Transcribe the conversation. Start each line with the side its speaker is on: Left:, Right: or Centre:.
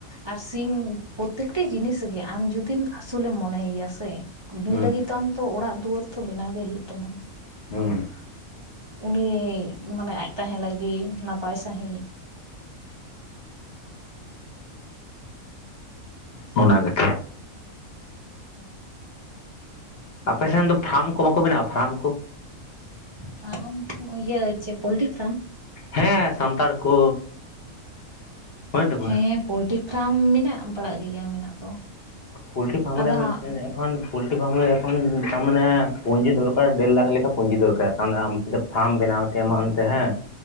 Right: ᱟᱨ ᱥᱤᱢ ᱯᱨᱚᱛᱛᱮᱠᱴᱤ ᱡᱤᱱᱤᱥ ᱜᱮ ᱟᱢ ᱡᱩᱫᱤᱢ ᱟᱹᱥᱩᱞᱮᱢ ᱢᱚᱱᱮᱭᱮᱭᱟ ᱥᱮ ᱩᱱᱤ
Left: ᱦᱩᱸ
Right: ᱞᱟᱹᱜᱤᱫ ᱟᱢ ᱛᱚ ᱚᱲᱟᱜ ᱫᱩᱣᱟᱹᱨ ᱛᱚ ᱵᱮᱱᱟᱣ ᱜᱮ ᱦᱳᱭᱳᱜ ᱛᱟᱢᱟ᱾
Left: ᱦᱩᱸ,
Right: ᱩᱱᱤ ᱢᱟᱱᱮ ᱟᱡ ᱛᱟᱦᱮᱸ ᱞᱟᱹᱜᱤᱫ ᱱᱟᱯᱟᱭ ᱥᱟᱺᱦᱤᱡ᱾
Left: ᱚᱱᱟ ᱜᱮᱛᱚ᱾
Right: ᱦᱮᱸ
Left: ᱟᱯᱮᱥᱮᱱ ᱫᱚ ᱯᱷᱨᱢ ᱠᱚ ᱵᱟᱠᱚ ᱵᱮᱱᱟᱣᱟ ᱯᱷᱨᱢ ᱠᱚ?
Right: ᱯᱨᱟᱢ ᱤᱭᱟᱹ ᱪᱮ ᱯᱳᱞᱴᱨᱤ ᱯᱷᱟᱨᱢ?
Left: ᱦᱮᱸ ᱥᱟᱱᱛᱟᱲ ᱠᱚ᱾ ᱵᱟᱹᱱᱩᱜ ᱛᱟᱠᱚᱣᱟ
Right: ᱦᱮᱸ ᱯᱳᱞᱴᱨᱤ ᱯᱷᱟᱨᱢ ᱢᱮᱱᱟᱜ ᱵᱟᱲᱟᱜ ᱜᱮᱭᱟ ᱢᱮᱱᱟᱜ ᱫᱚ᱾
Left: ᱯᱳᱞᱴᱨᱤ ᱯᱷᱟᱨ ᱢᱤᱫ
Right: ᱟᱫᱚ ᱦᱟᱸᱜ
Left: ᱮᱠᱷᱟᱱ ᱯᱳᱞᱴᱨᱤ ᱯᱷᱟᱨᱢ ᱨᱮ ᱮᱠᱷᱚᱱ ᱛᱟᱨᱢᱟᱱᱮ ᱯᱩᱸᱡᱤ ᱫᱚᱨᱠᱟᱨ ᱰᱮᱲ ᱞᱟᱠᱷ ᱞᱮᱠᱟ ᱯᱩᱸᱡᱤ ᱫᱚᱨᱠᱟᱨ ᱛᱟᱨ ᱢᱟᱱᱮ ᱟᱢ ᱫᱚ ᱯᱷᱟᱨᱢ ᱵᱮᱱᱟᱣ ᱛᱮ ᱮᱢᱟᱱᱛᱮ ᱦᱮᱸ